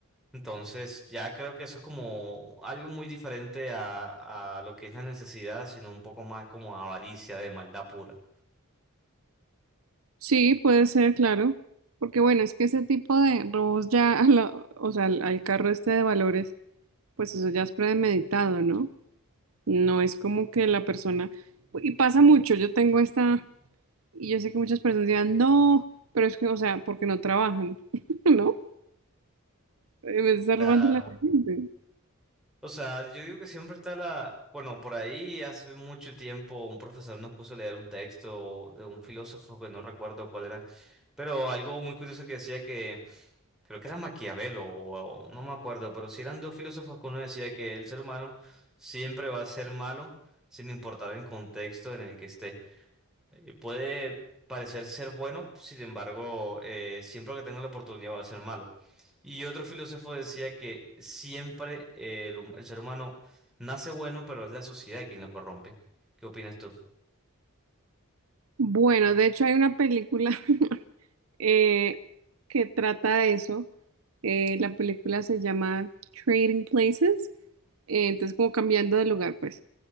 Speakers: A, in the centre; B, on the right.
A: Entonces, ya creo que eso es como algo muy diferente a, a lo que es la necesidad, sino un poco más como avaricia de maldad pura.
B: Sí, puede ser, claro. Porque bueno, es que ese tipo de robos ya, a la- o sea, al al carro este de valores, pues eso ya es premeditado, ¿no? No es como que la persona, y pasa mucho, yo tengo esta, y yo sé que muchas personas dirán, no, pero es que, o sea, porque no trabajan, <laughs> ¿no? Eh, Me está
A: Claro.
B: robando la gente.
A: O sea, yo digo que siempre está la... Bueno, por ahí hace mucho tiempo un profesor nos puso a leer un texto de un filósofo que no recuerdo cuál era, pero algo muy curioso que decía que creo que era Maquiavelo, o, o no me acuerdo, pero si eran dos filósofos que uno decía que el ser humano siempre va a ser malo sin importar el contexto en el que esté. Eh, Puede parecer ser bueno, sin embargo, eh, siempre que tenga la oportunidad va a ser malo. Y otro filósofo decía que siempre eh, el, hum- el ser humano nace bueno, pero es la sociedad quien lo corrompe. ¿Qué opinas tú?
B: Bueno, de hecho hay una película <laughs> eh, que trata de eso. Eh, la película se llama Trading Places, eh, entonces como cambiando de lugar, pues.